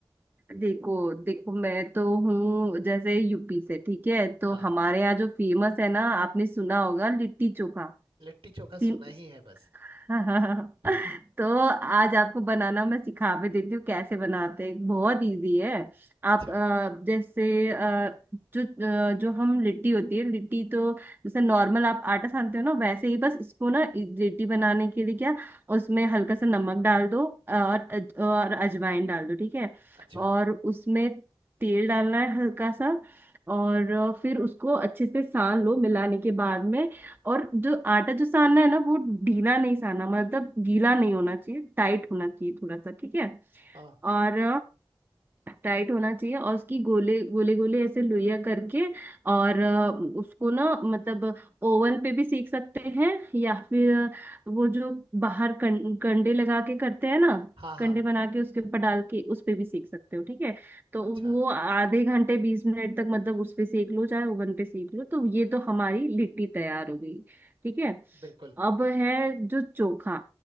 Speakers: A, on the right (about 20°); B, on the right (about 70°).
A: देखो देखो मैं तो हूँ जैसे यूपी से ठीक है तो
B: हाँ
A: हमारे यहाँ जो फेमस है ना आपने सुना होगा लिट्टी चोखा
B: लिट्टी चोखा सुना
A: सीन <laughs>
B: ही है बस
A: हाँ हाँ, हाँ।
B: <laughs>
A: तो आज आपको बनाना मैं सिखा भी देती हूँ कैसे बनाते हैं बहुत इजी है आप
B: अच्छा
A: अ, जैसे अ, जो अ, जो हम लिट्टी होती है लिट्टी तो जैसे नॉर्मल आप आटा सानते हो ना वैसे ही बस इसको ना इ- लिट्टी बनाने के लिए क्या उसमें हल्का सा नमक डाल दो और अज- और अजवाइन डाल दो ठीक है
B: अच्छा
A: और उसमें तेल डालना है हल्का सा और फिर उसको अच्छे से सान लो मिलाने के बाद में और जो आटा जो सानना है ना वो ढीला नहीं सानना मतलब गीला नहीं होना चाहिए टाइट होना चाहिए थोड़ा सा ठीक है
B: हाँ
A: और टाइट होना चाहिए और उसकी गोले गोले गोले ऐसे लोइया करके और अ, उसको ना मतलब ओवन पे भी सेक सकते हैं या फिर अ, वो जो बाहर कं, कंडे लगा के करते हैं ना
B: हाँ
A: कंडे
B: हाँ
A: बना के उसके ऊपर डाल के उस पे भी सेक सकते हो ठीक है तो
B: अच्छा
A: वो आधे घंटे बीस मिनट तक मतलब उस पे सेक लो चाहे ओवन पे सेक लो तो ये तो हमारी लिट्टी तैयार हो गई ठीक है
B: बिल्कुल
A: अब है जो चोखा